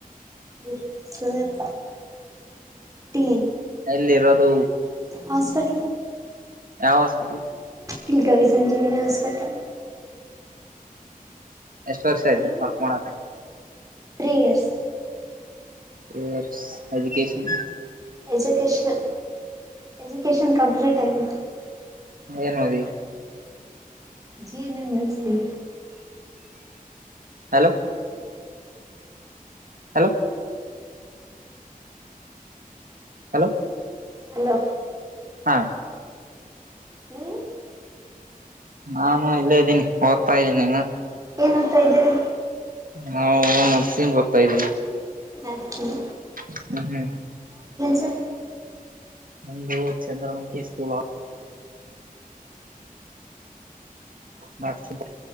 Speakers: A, on the right; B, on the right.
A: ಇರು ಸರ್ ಟೀ
B: ಎಲ್ಲಿರೋದು
A: ಹಾಸ್ಪಿಟಲ್
B: ಯಾವ ಹಾಸ್ಪಿಟಲ್
A: ಇಲ್ಲಿ ಗವಿ ಸಂಜೀವಿನಿ ಹಾಸ್ಪಿಟಲ್
B: ಎಷ್ಟ ವರ್ಷ ಆಯ್ತೆ
A: ನೀವು
B: ಹೊರ್ಕೋಕ
A: three years
B: three years education
A: education education complete ಆಯ್ತು
B: ಏನು ಮಾಡೆ
A: ಜಿ ನೀ nursing
B: hello hello hello
A: hello
B: ಹಾ
A: ನೀವು
B: ನಾನು ಇಲ್ಲೇ ಇದ್ದೀನಿ ಓದ್ತಾ ತಾ ಇದೇನೆ ನಾನು
A: ಏನು ಓಡಾಡೇರ
B: ನಾ ನರ್ಸಂಗ್ ಓದತೆಡೆವೆ
A: ನುರ್ಸಿನ್
B: <unintelligible> ಹ್ಮ ಹ್ಮ್
A: ತ್
B: ಅಂದು ಚಂದ್ರಮುಖಿ ಸ್ಕೂಲ್ ಅತ್ ಮಾಡಿಸಿಲ್ಲ